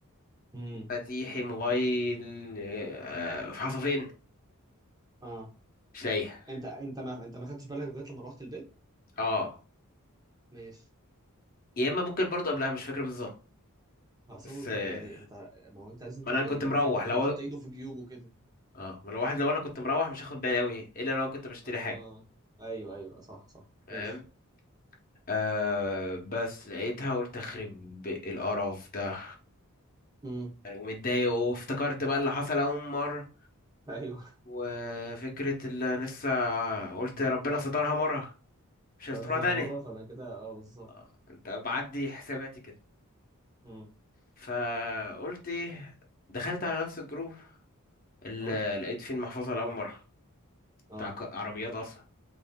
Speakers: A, on the right; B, on the left.
A: امم
B: مفاتيحي موبايل آه، في حصتين
A: اه
B: مش لاقيها
A: انت انت ما انت ما خدتش بالك لغايه لما روحت البيت
B: اه
A: ماشي
B: يا اما ممكن برضو قبلها مش فاكر بالظبط
A: اصلا
B: بس
A: انت
B: آه،
A: يعني انت ما هو انت لازم تبقى
B: ما انا كنت
A: يعني
B: مروح
A: فاهم واحد
B: لو
A: بيحط ايده في جيوبه كده
B: اه ما لو واحد لو انا كنت مروح مش هاخد بالي قوي الا لو أنا كنت بشتري حاجه
A: اه ايوه ايوه صح صح
B: فاهم
A: ماشي
B: آه بس لقيتها قلت اخرب القرف ده
A: امم
B: يعني، ومتضايق وافتكرت بقى اللي حصل اول مره
A: ايوه
B: وفكرة اللي أنا لسه قلت ربنا سترها مرة
A: <laughs>
B: مش هيسترها
A: بس انا
B: تاني
A: مره فانا كده اه بالظبط
B: اه انت بعدي حساباتي كده
A: امم
B: فقلت ايه دخلت على نفس الجروب اللي
A: اه
B: لقيت فيه المحفظة لأول مرة
A: اه
B: بتاع ك- عربيات أصلا